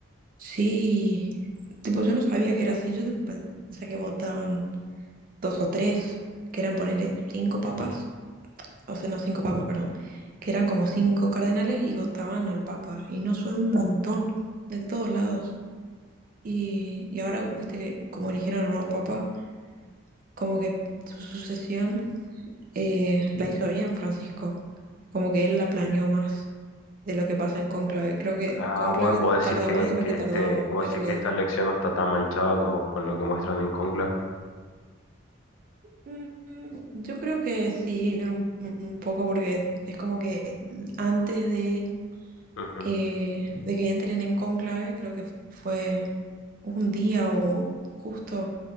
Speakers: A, on the right; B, on the left.
A: sí, tipo, yo no sabía que era así. Yo pensé que votaban dos o tres, que eran ponerle cinco papas, o sea, no cinco papas, perdón, que eran como cinco cardenales y votaban al papa. Y no son un montón, de todos lados. Y, y ahora, viste que como eligieron al nuevo papa, como que su sucesión eh, la hizo bien Francisco, como que él la planeó más. de lo que pasa en Cónclave. Creo que
B: Ah,
A: Cónclave
B: vos, vos
A: tarda
B: decís que,
A: más de lo
B: que
A: que
B: este,
A: tardó
B: vos
A: en realidad.
B: decís que esta lección no está tan manchada como con lo que muestran en Conclave.
A: Mm, mm, Yo creo que sí, un, un poco porque es como que antes de,
B: Ujú,
A: eh, de que entren en Cónclave, creo que fue un día o justo